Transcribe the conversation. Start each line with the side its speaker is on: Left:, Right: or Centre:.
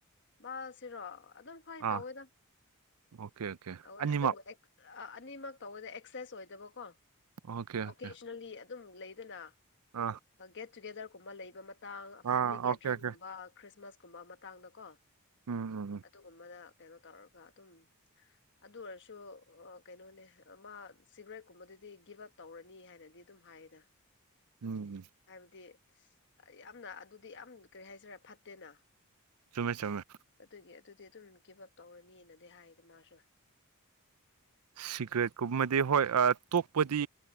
Left: ꯃꯥꯁꯤꯔꯣ ꯑꯗꯨꯝ ꯐꯩ
Right: ꯑꯥ
Left: ꯇꯧꯋꯦꯗꯪ
Right: ꯑꯣꯀꯦ ꯑꯣꯀꯦ
Left: ꯇꯧꯋꯦ
Right: ꯑꯅꯤꯃꯛ
Left: ꯑꯗꯨꯕꯨ ꯑꯦ ꯑꯅꯤꯃꯛ ꯇꯧꯕꯗ ꯑꯦꯛꯁꯦꯁ ꯑꯣꯏꯗꯕꯀꯣ
Right: ꯑꯣꯀꯦ ꯑꯣꯀꯦ
Left: ꯑꯣꯀꯦꯁꯅꯦꯜꯂꯤ ꯑꯗꯨꯝ ꯂꯩꯗꯅ
Right: ꯑꯥ
Left: ꯒꯦꯠ ꯇꯨꯒꯦꯗꯔꯒꯨꯝꯕ ꯂꯩꯕ ꯃꯇꯥꯡ ꯐꯦꯃꯤꯂꯤ
Right: ꯑꯥ
Left: ꯒꯦꯗꯔꯤꯡꯒꯨꯝꯕ
Right: ꯑꯣꯀꯦ ꯑꯣꯀꯦ
Left: ꯈ꯭ꯔꯤꯁꯃꯥꯁ ꯀꯨꯝꯕ ꯃꯇꯥꯡꯗ ꯀꯣ
Right: ꯎꯝ ꯎꯝ
Left: ꯑꯗꯨꯒꯨꯝꯕꯗ ꯀꯩꯅꯣ ꯇꯧꯔꯒ ꯑꯗꯨꯝ ꯑꯗꯨ ꯑꯣꯏꯔꯁꯨ ꯀꯩꯅꯣꯅꯦ ꯃꯥ ꯁꯤꯒꯔꯦꯠꯀꯨꯝꯕꯗꯨꯗꯤ ꯒꯤꯞ ꯑꯞ ꯇꯧꯔꯅꯤ ꯍꯥꯏꯅꯗꯤ ꯑꯗꯨꯝ ꯍꯥꯏꯌꯦꯅ
Right: ꯎꯝ ꯎꯝ
Left: ꯍꯥꯏꯕꯗꯤ ꯌꯥꯝꯅ ꯑꯗꯨꯗꯤ ꯌꯥꯝ ꯀꯔꯤ ꯍꯥꯏꯁꯤꯔꯦ ꯐꯠꯇꯦꯅ
Right: ꯆꯨꯝꯃꯦ ꯆꯨꯝꯃꯦ
Left: ꯑꯗꯨꯒꯤ ꯑꯗꯨꯗꯤ ꯑꯗꯨꯝ ꯒꯤꯞ ꯑꯞ ꯇꯧꯔꯅꯤꯅꯗꯤ ꯍꯥꯏꯗ ꯃꯥꯁꯨ
Right: ꯁꯤꯒ꯭ꯔꯦꯠꯀꯨꯝꯕꯗꯤ ꯍꯣꯏ ꯇꯣꯛꯄꯗꯤ